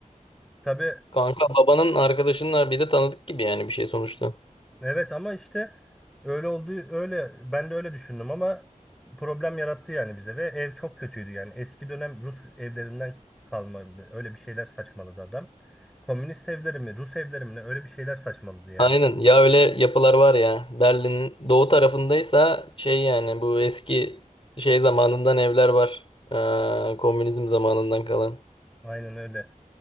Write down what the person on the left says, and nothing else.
Kanka babanın arkadaşının bir de tanıdık gibi yani bir şey sonuçta.
Aynen ya öyle yapılar var ya. Berlin'in doğu tarafındaysa şey yani bu eski şey zamanından evler var. Ee, komünizm zamanından kalan.